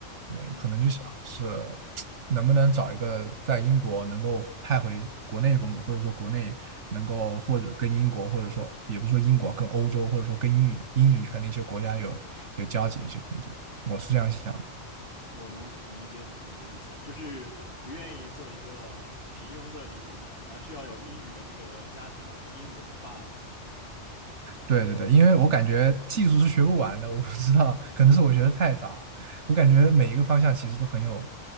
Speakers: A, on the right (about 65°); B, on the left (about 45°).
A: 对，
B: 嗯，
A: 可能就想是能不能找一个在英国能够派回国内工作，或者说国内能够或者跟英国，或者说也不是说英国跟欧洲，或者说跟英语英语圈的一些国家有有交集的一些工作，我是这样想的。
B: 我能理解你的意思，就是不愿意做一个平庸的理工男，而是要有英语的这个加成啊，有英语的这个 buff。
A: 对对对，因为我感觉技术是学不完的，我不知道，可能是我学的太杂了我感觉每一个方向其实都很有，